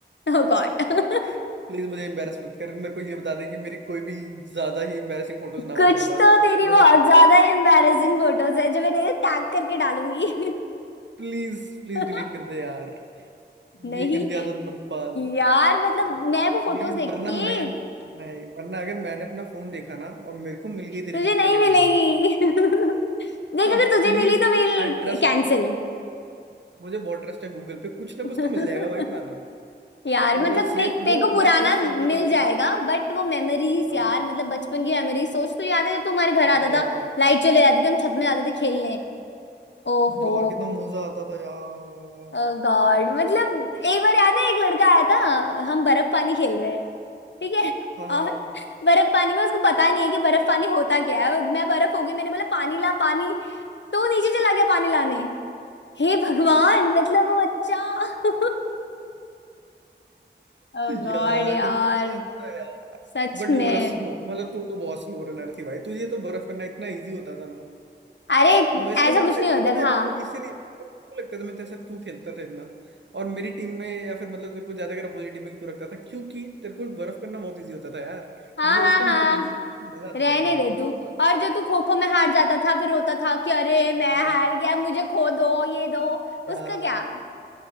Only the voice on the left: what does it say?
Oh
God <laughs>
कुछ
तो तेरी बहुत
ज्यादा एम्बैरेसिंग
फोटोज है जो मैं तेरे टैग करके डालूंगी
<laughs>
नहीं
यार मतलब
मैं वो फोटोज देख
के
<laughs>
तुझे
नहीं मिलेगी
<laughs> देख
अगर तुझे
मिली तो मिल
कैंसिल
<laughs>
यार
मतलब देख
तेरे
को पुराना
मिल
जाएगा बट वो मेमोरीज
यार मतलब बचपन की मेमोरीज सोच तो याद है जब तू हमारे घर आता
था लाइट चले जाती थी हम छत में जाते थे खेलने ओहो
गॉड मतलब एक बार याद है एक लड़का आया था हम बर्फ पानी खेल रहे हैं ठीक है
और बर्फ पानी में उसको पता नहीं है कि बर्फ पानी होता क्या है और मैं बर्फ हो गई मैंने बोला पानी ला पानी तो वो नीचे
चला गया पानी लाने हे भगवान मतलब वो बच्चा <laughs>
गॉड यार
सच
में
अरे
ऐसा
कुछ
नहीं होता
था
हाँ
हाँ
हाँ
रहने
दे
तू और जो तू खो खो में हार जाता था फिर रोता था कि अरे मैं
हार गया मुझे खो दो ये दो
उसका क्या